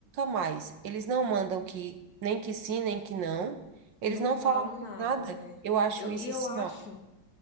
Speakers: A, on the right; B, on the left.
A: mais. Eles não mandam que nem que sim, nem que não. Eles
B: não
A: não
B: falam
A: falam
B: nada,
A: mais nada.
B: né?
A: Eu acho
B: Eu,
A: isso
B: e eu
A: assim,
B: acho,
A: ó.